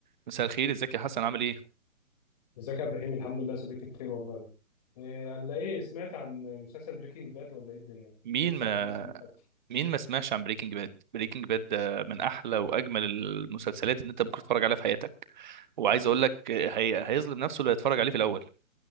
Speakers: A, on the right (about 35°); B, on the left (about 30°).
A: مساء الخير ازيك يا حسن عامل ايه
B: ازيك يا ابراهيم الحمد لله يا صديقي بخير والله إيه على ايه سمعت عن مسلسل بريكنج باد ولا ايه الدنيا
A: مين
B: انا لسه
A: ما
B: مخلصه من فتره
A: مين ما سمعش عن بريكنج باد بريكنج باد ده من احلى واجمل المسلسلات اللي انت ممكن تتفرج عليها في حياتك وعايز اقول لك هي... هيظلم نفسه لو يتفرج عليه في الاول